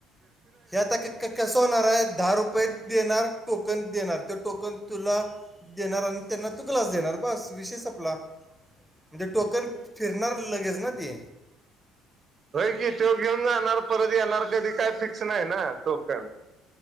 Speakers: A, in the centre; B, on the right.
A: हे आता कसं होणार हाय दहा रुपये देणार टोकन देणार ते टोकन तुला देणार आणि त्यांना तू ग्लास देणार बस विषय संपला म्हणजे टोकन फिरणार लगेच ना ती
B: होय की तो घेऊन जाणार परत येणार कधी काय फिक्स नाही ना टोकन